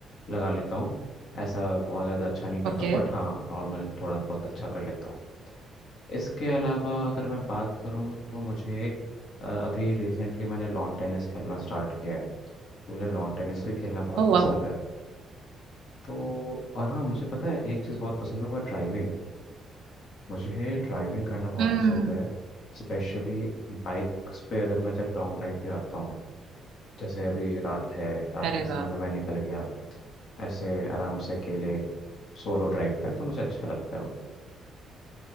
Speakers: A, on the left; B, on the right.
A: लगा लेता हूँ ऐसा बहुत ज़्यादा अच्छा नहीं करता
B: ओके
A: हूँ बट हाँ नॉर्मल थोड़ा बहुत अच्छा कर लेता हूँ इसके अलावा अगर मैं बात करूँ तो मुझे अ, अभी रिसेंटली मैंने लॉन टेनिस खेलना स्टार्ट किया है तो मुझे लॉन टेनिस भी खेलना बहुत
B: ओ
A: पसंद
B: वाह
A: है तो और हाँ मुझे पता है एक चीज़ बहुत पसंद है वो है ड्राइविंग मुझे ड्राइविंग करना बहुत
B: हम्म
A: पसंद है स्पेशली बाइक्स पे अगर मैं जब लॉन्ग ड्राइव पे जाता हूँ जैसे अभी रात है रात
B: अरे
A: के समय
B: वाह
A: में मैं निकल गया ऐसे आराम से अकेले सोलो ड्राइव पे तो मुझे अच्छा लगता है वो